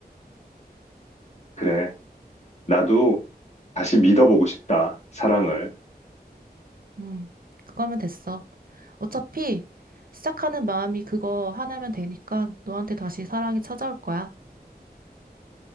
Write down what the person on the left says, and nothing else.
그래. 나도 다시 믿어보고 싶다. 사랑을.